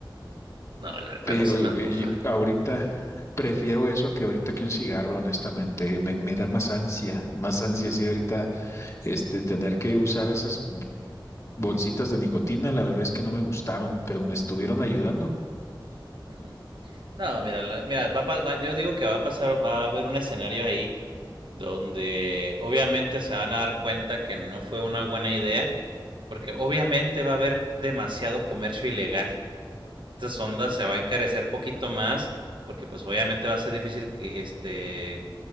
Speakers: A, on the right; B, on the left.
A: no, la verdad
B: pero
A: no se me
B: eh,
A: antoja.
B: yo ahorita prefiero eso que ahorita que un cigarro, honestamente, me, me da más ansia, más ansia, sí, ahorita, este, tener que usar esas bolsitas de nicotina, la verdad es que no me gustaron, pero me estuvieron ayudando.
A: Ujú. No, mira, la- mira, va a pa- va- yo digo que va a pasar, va a haber un escenario ahí donde obviamente se van a dar cuenta que no fue una buena idea, porque obviamente va a haber demasiado comercio ilegal. Estas ondas se va a encarecer poquito más, porque pues obviamente va a ser difícil que este,